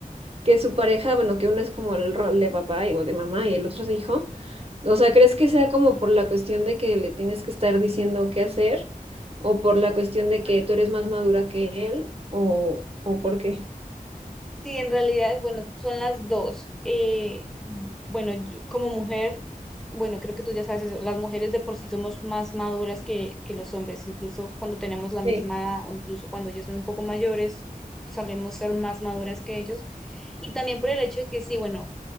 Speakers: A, on the right; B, in the centre.
A: que su pareja, bueno, que uno es como el rol de papá y- o de mamá y el otro es de hijo. O sea, ¿crees que sea como por la cuestión de que le tienes que estar diciendo qué hacer? ¿O por la cuestión de que tú eres más madura que él? ¿O, o por qué?
B: Sí, en realidad, bueno, son las dos. Eh, bueno, yo como mujer, bueno, creo que tú ya sabes eso, las mujeres de por sí somos más maduras que, que los hombres, incluso cuando tenemos la misma
A: Sí.
B: edad o incluso cuando ellos son un poco mayores, solemos ser más maduras que ellos. Y también por el hecho de que sí, bueno,